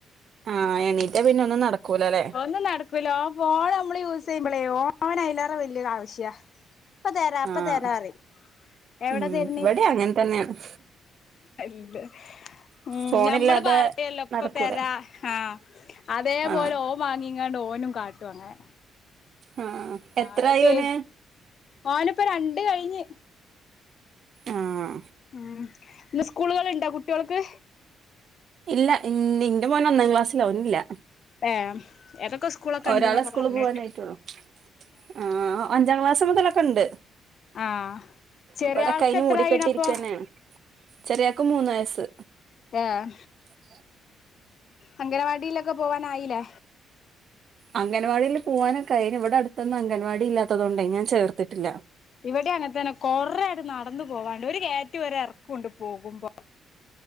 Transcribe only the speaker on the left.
ഒന്നും നടക്കൂല ഓം ഫോൺ നമ്മള് യൂസെയ്യുമ്പളേ ഓനയിലേറെ വെല്യേ ആവശ്യ. ഇപ്പ തരാ ഇപ്പ
തരാറിം എവടെ
തര്ണ്.
ഇല്ല. ഉം
ഞമ്മള് പറയല്ലോ ഇപ്പ
തെരാ ആഹ് അതേപോലെ
ഓ മാങ്ങിങ്ങാണ്ട് ഓനും കാട്ടും അങ്ങനെ.
ആഹ് തെരു
ഓന്പ്പൊ രണ്ട് കഴിഞ്ഞ്.
ഉം ഇന്ന് സ്കൂളുകള്ണ്ടോ കുട്ട്യാൾക്ക്?
ഏ ഏതൊക്കെ സ്കൂളൊക്കെ
ഉണ്ട്ന്നൊക്കെ
പറഞ്ഞിട്ട്
ആഹ് ചെറിയ
ആൾക്ക് എത്ര
ആയിണപ്പൊ
ആഹ്.
അംഗനവാടിയിലൊക്കെ പോവാനായിലേ?
ഇവിടിം അങ്ങനെത്തന്നെ കൊറേയാട്ട് നടന്ന് പോവാണ്ട് ഒര് കേറ്റോം ഒരെറക്കോണ്ട് പോകുമ്പോ.